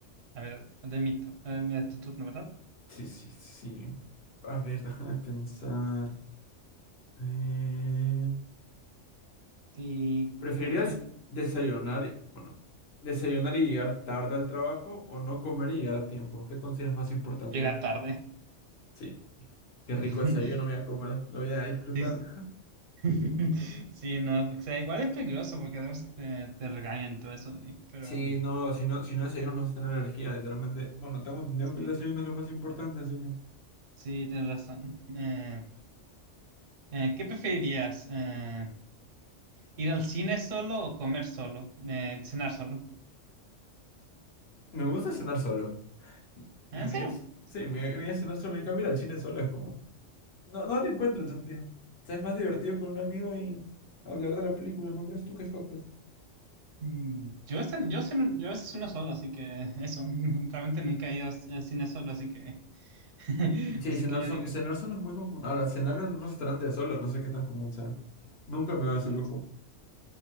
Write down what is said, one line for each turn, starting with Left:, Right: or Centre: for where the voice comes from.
Right: A ver, de mi, tu- a ver, a tu turno, ¿verdad?
Left: Sí, sí, sí. A ver, déjame pensar. Eh,
Right: Sí,
Left: ¿Preferirías
Right: creo que
Left: desayunar, y- bueno, desayunar y llegar tarde al trabajo o no comer y llegar a tiempo? ¿Qué consideras más importante?
Right: llega tarde.
Left: Sí, qué rico
Right: <laughs>
Left: desayuno me voy a comer, lo voy a disfrutar.
Right: Sí, sí, <laughs> sí, no, porque, o sea, igual es peligroso porque a veces te, te regañan y todo eso, y- pero
Left: Sí,
Right: mm,
Left: no, si no, si no desayunas no vas a tener energía, literalmente. Bueno, tengo entendido
Right: sí,
Left: que el desayuno es lo más importante, así que.
Right: sí, tienes razón. Eh, eh, ¿qué preferirías? Eh, ¿ir al cine solo o comer solo? Eh, ¿cenar solo?
Left: Me gusta cenar solo. Y
Right: Ah,
Left: me
Right: ¿En
Left: voy
Right: serio?
Left: a, c- sí, me, me
Right: Sí.
Left: voy a cenar solo. En cambio, ir al cine solo es como. No, no le encuentro el sentido. O sea, Es más divertido con un amigo y hablar de la película, ¿no crees tú que escoges?
Right: Mm, Yo, cen- yo, ceno- yo a veces uno solo, así que eso, <laughs> realmente nunca he ido al cine solo, así que, <laughs>
Left: Sí,
Right: así
Left: cenar,
Right: que yo
Left: son,
Right: digo,
Left: cenar solo es muy común. Ahora, cenar en un restaurante solo, no sé qué tan común sea. Nunca me da ese
Right: mm,
Left: lujo.